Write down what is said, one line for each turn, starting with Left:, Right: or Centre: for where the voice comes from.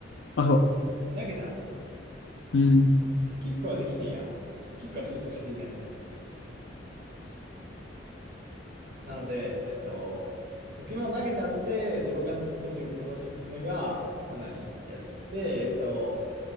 Left: あ、そ
Right: 投げて当てる。
Left: う。うん。
Right: キックはできねえや。キックは習得していないので。なので、えっと、石板を投げて当てて、両眼おじを殺すのが、かなりやる。で、えっと、